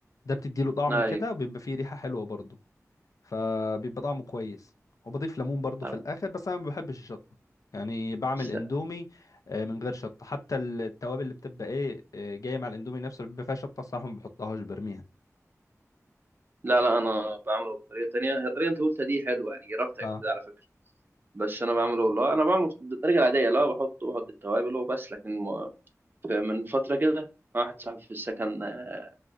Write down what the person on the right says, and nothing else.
ايوه
أنا-
س-
لا لا انا بعمله بطريقه تانية هي الطريقه اللي انت قلتها دي حلوه يعني جربتها
قبل كده على فكره بس انا بعمله والله انا بعمله بالطريقه العاديه لا بحط بحط التوابل وبس لكن ما- ف- من فتره كده واحد صاحبي في السكن آه،